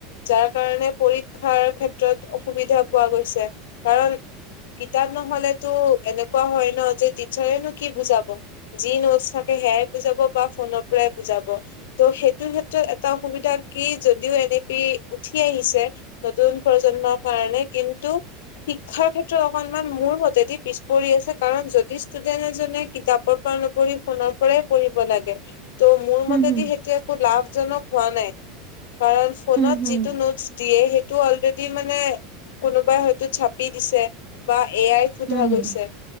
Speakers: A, on the left; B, on the right.
A: যাৰ কাৰণে পৰীক্ষাৰ ক্ষেত্ৰত অসুবিধা পোৱা গৈছে, কাৰণ কিতাপ নহলেতো এনেকুৱা হয় ন যে টিচাৰ্ছৰে নো কি বুজাব। যি নোট থাকে সেয়াই বুজাব বা ফোনৰ পৰাই বুজাব। ত সেইটো ক্ষেত্ৰত এটা অসুবিধা কি যদিও এনেকি উঠি উঠি আহিছে নতুন প্ৰজন্মৰ কাৰণে কিন্তু শিক্ষাৰ ক্ষেত্ৰত অকনমান মোৰ মতেদি পিছ পৰি আছে কাৰণ যদি ষ্টুডেন্ট এজনে কিতাপৰ পৰা নপঢ়ি ফোনৰ পৰাই পঢ়িব লাগে ত' মোৰ
B: হুম,
A: মতেই
B: হুম,
A: দি সেইটো একো লাভজনক হোৱা নাই। কাৰণ ফোনত
B: হুম, হুম,
A: যিটো নোটছ দিয়ে সেই টো অলৰেডি মানে কোনোবাই হয়তো চাপি দিছে বা এ আই সোধা
B: হুম, হুম,
A: গৈছে